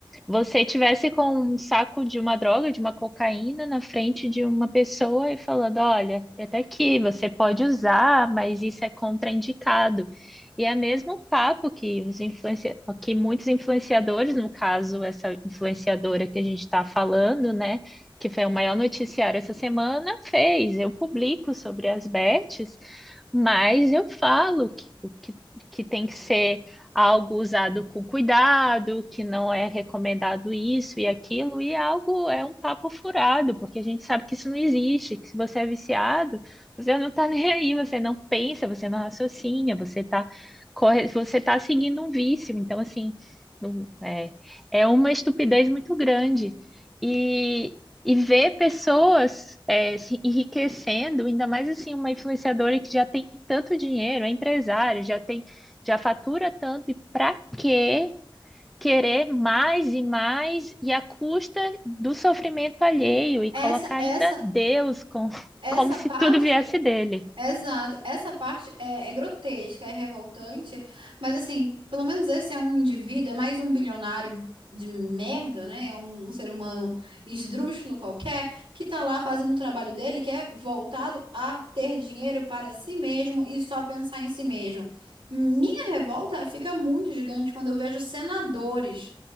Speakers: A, in the centre; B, on the right.
A: você tivesse com um saco de uma droga, de uma cocaína na frente de uma pessoa e falando, olha, até aqui você pode usar, mas isso é contraindicado. E é mesmo o papo que os influencia... que muitos influenciadores, no caso, essa influenciadora que a gente está falando, né, que foi o maior noticiário essa semana, fez. Eu publico sobre as bets, mas eu falo que, que, que tem que ser algo usado com cuidado, que não é recomendado isso e aquilo, e é algo é um papo furado, porque a gente sabe que isso não existe, que se você é viciado, você não está <laughs> nem aí, você não pensa, você não raciocina, você está corre, você tá seguindo um vício. Então, assim, não- é, é uma estupidez muito grande. E, e ver pessoas é, se enriquecendo, ainda mais assim, uma influenciadora que já tem tanto dinheiro, é empresária, já tem já fatura tanto e para quê querer mais e mais e à custa do sofrimento alheio e
B: Essa,
A: colocar
B: essa,
A: ainda Deus com, <laughs>
B: essa
A: como se
B: parte.
A: tudo viesse dele?
B: Exato. Essa parte é, é grotesca, é revoltante, mas assim, pelo menos esse é um indivíduo, é mais um bilionário de merda, né? É um, um ser humano esdrúxulo qualquer, que tá lá fazendo o trabalho dele, que é voltado a ter dinheiro para si mesmo e só pensar em si mesmo. Minha revolta fica muito gigante quando eu vejo senadores.